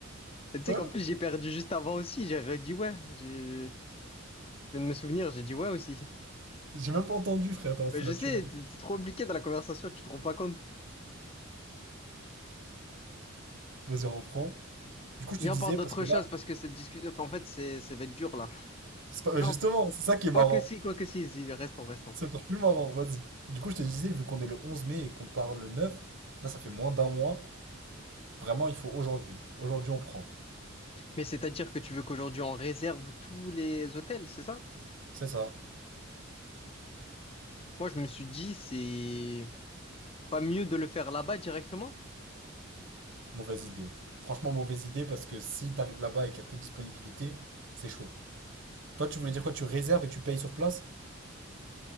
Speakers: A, on the left; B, on the right.
A: Et tu sais
B: Hein
A: qu'en plus, j'ai perdu juste avant aussi. J'ai redit ouais. J'ai- Je viens de me souvenir, j'ai dit ouais aussi.
B: J'ai même pas entendu, frère. Attends, c'est
A: Mais je
B: naturel.
A: sais, t'es t'es trop impliqué dans la conversation, tu te rends pas compte.
B: Vas-y, on reprend. Du coup, je
A: Viens,
B: te disais,
A: on parle d'autre
B: parce que
A: chose
B: là.
A: parce que cette discussion, enfin, en fait, c'est, ça va être dur là.
B: c'est pas-
A: Non,
B: Justement, c'est ça qui est marrant.
A: quoi que si, quoi que si, si, restons, restons.
B: C'est encore plus marrant, vas-y. Du coup, je te disais, vu qu'on est le 11 mai et qu'on part le 9, là, ça fait moins d'un mois. Vraiment, il faut aujourd'hui. Aujourd'hui, on prend.
A: Mais c'est-à-dire que tu veux qu'aujourd'hui on réserve tous les hôtels, c'est ça?
B: C'est ça.
A: Moi, je me suis dit, c'est pas mieux de le faire là-bas directement?
B: Mauvaise idée. Franchement, mauvaise idée parce que si t'arrives là-bas et qu'il y a peu de disponibilité, c'est chaud. Toi, tu voulais dire quoi? Tu réserves et tu payes sur place?